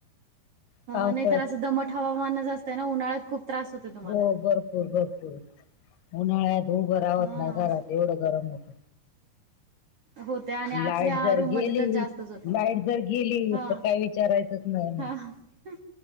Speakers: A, on the right; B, on the left.
A: नाही
B: पावसात
A: तर असं दमट हवामानच असतं ना उन्हाळ्यात खूप त्रास होत तुम्हाला
B: हो भरपूर भरपूर उन्हाळ्यात उभं राव्हंत
A: हा
B: नाही घरात एवढं गरम होत
A: होत्या आणि
B: लाईट
A: आतल्या
B: जर
A: रूम
B: गेली
A: मध्ये तर जास्तच होता
B: लाईट जर गेली
A: हा
B: तर काय विचारायचंच नाही मग
A: ह हम